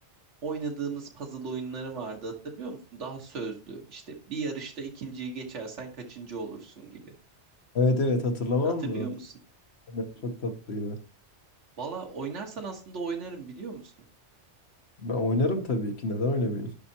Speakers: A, on the right; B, on the left.
A: oynadığımız puzzle oyunları vardı hatırlıyor musun? Daha sözlü. İşte bir yarışta ikinciyi geçersen kaçıncı olursun gibi.
B: Evet evet hatırlamam
A: Hatırlıyor
B: mı?
A: musun?
B: Aynen, çok tatlıydı.
A: Valla oynarsan aslında oynarım biliyor musun?
B: Ben oynarım tabii ki. Neden oynamayayım?